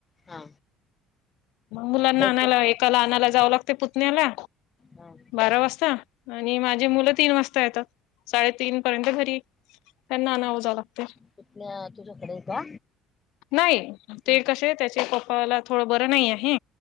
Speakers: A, on the left; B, on the left.
A: हा
B: मुलांना
A: लवकर
B: आणायला एकाला आणायला जावं लागते पुतण्याला.
A: हा
B: बारा वाजता आणि माझे मुलं तीन वाजता येतात साडेतीन पर्यंत घरी त्यांना आणावं जावं लागते. <inaudible>
A: पुतण्या तुझ्याकडे आहे का?
B: नाही ते
A: हम्म
B: कसे त्याचे पप्पाला थोडं बरं नाही आहे.